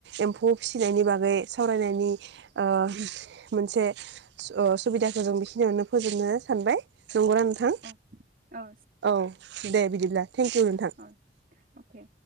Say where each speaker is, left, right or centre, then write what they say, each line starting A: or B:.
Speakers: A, on the right; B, on the right.
A: एम्फौ फिसिनायनि बागै सावरायनायनि ओ मोनसे ओ सुबिदाखौ जों बेखिनियावनो फोजोबनो सानबाय। नंगौना नोंथां?
B: औ औ
A: औ दे बिदिब्ला थेंकिउ नोंथां।
B: औ अके